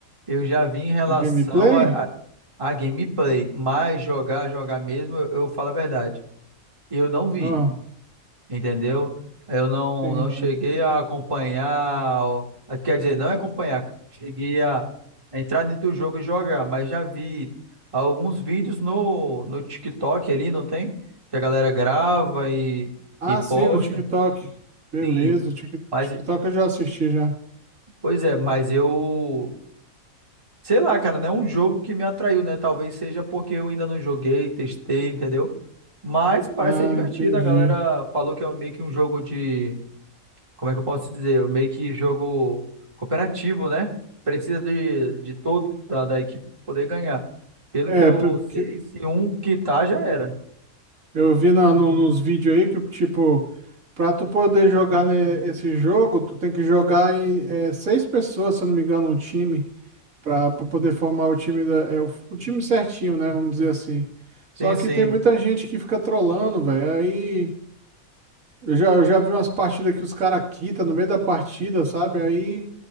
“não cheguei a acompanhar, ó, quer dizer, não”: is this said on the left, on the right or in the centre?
Right